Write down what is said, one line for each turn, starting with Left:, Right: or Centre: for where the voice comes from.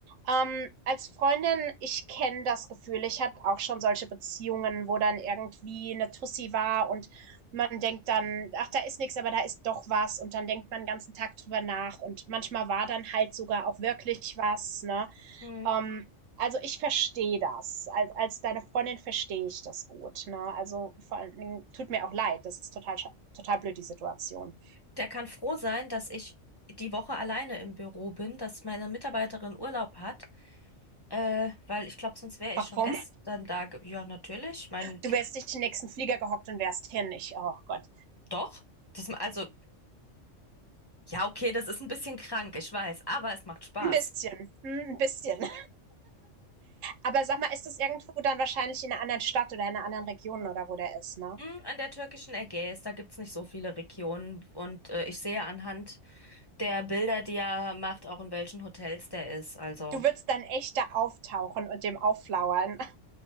Right: Ähm, als Freundin, ich kenne das Gefühl, ich hatte auch schon solche Beziehungen, wo dann irgendwie eine Tussi war und man denkt dann, ach, da ist nichts, aber da ist doch was und dann denkt man den ganzen Tag drüber nach und manchmal war dann halt sogar auch wirklich was, ne?
Left: Hm.
Right: Ähm, also ich verstehe das. Als, als deine Freundin verstehe ich das gut, ne? Also vor allen tut mir auch leid, das ist total, total blöd, die Situation.
Left: Der kann froh sein, dass ich die Woche alleine im Büro bin, dass meine Mitarbeiterin Urlaub hat, äh, weil ich glaube, sonst wäre
Right: Warum?
Left: ich schon gestern da. ge- Ja, natürlich. Ich meine,
Right: Du wärst dich im nächsten Flieger gehockt und wärst hin. Ich, oh Gott.
Left: doch. Das, also, ja, okay, das ist ein bisschen krank, ich weiß, aber es macht Spaß.
Right: Ein bisschen. Hm, ein bisschen. Aber sag mal, ist das irgendwo dann wahrscheinlich in einer anderen Stadt oder in einer anderen Region oder wo der ist, ne?
Left: Hm, an der türkischen Ägäis, da gibt's nicht so viele Regionen und äh, ich sehe anhand der Bilder, die er macht, auch in welchen Hotels der ist. Also,
Right: Du würdest dann echt da auftauchen und dem aufflauern. <laughs>